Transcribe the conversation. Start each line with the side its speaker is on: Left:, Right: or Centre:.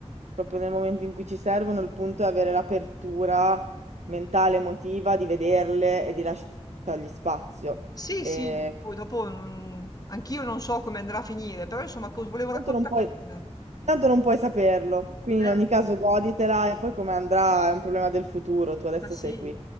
Right: proprio nel momento in cui ci servono, il punto è avere l'apertura mentale, emotiva, di vederle e di lasciargli spazio.
Left: Sì,
Right: E
Left: sì, poi dopo mm, anch'io non so come andrà a finire, però insomma, cos- volevo
Right: tanto
Left: raccontartela.
Right: non puoi, tanto non puoi saperlo, quindi
Left: Eh,
Right: in ogni caso goditela e poi come andrà è un problema del futuro, tu adesso
Left: ma
Right: sei
Left: sì.
Right: qui.